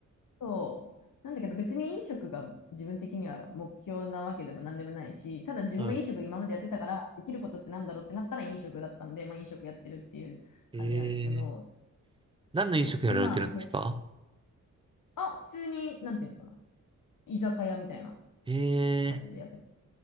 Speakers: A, on the left; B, on the right.
A: そう、なんだけど別に飲食が自分的には目標なわけでも何でもないし、ただ自分が飲食今までやってたから、
B: はい。
A: できることってなんだろうってなったら飲食だったんで、まあ飲食やってるっていう感じなんですけど、
B: えー、何の飲食やられてるんですか
A: そう、で、まあこれ、あ、普通に、なんていうのかな、居酒屋みたいな
B: え
A: 感じでやってる